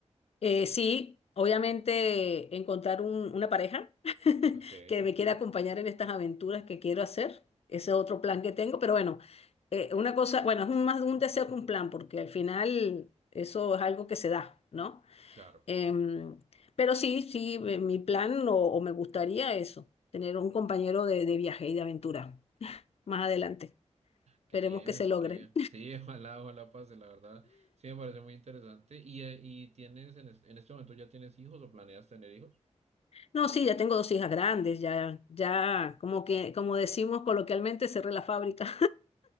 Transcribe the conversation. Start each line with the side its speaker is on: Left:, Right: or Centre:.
Left: Eh, sí, obviamente encontrar un- una pareja <laughs>
Right: Ok,
Left: que
Right: comprendo.
Left: me quiera acompañar en estas aventuras que quiero hacer. Ese es otro plan que tengo, pero bueno, eh, una cosa, bueno, es un- más un deseo que un plan, porque al final eso es algo que se da, ¿no?
Right: Claro,
Left: Em, pero sí, sí, eh, mi plan o, o me gustaría eso, tener un compañero de, de viaje y de aventura más adelante. Esperemos
Right: qué bien,
Left: que se logre.
Right: qué bien. Sí, <laughs> ojalá, ojalá pase, la verdad. Sí, me parece muy interesante. ¿Y, eh, y tienes en, es- en este momento ya tienes hijos o planeas tener hijos?
Left: No, sí, ya tengo dos hijas grandes, ya, ya, como que, como decimos coloquialmente, cerré la fábrica.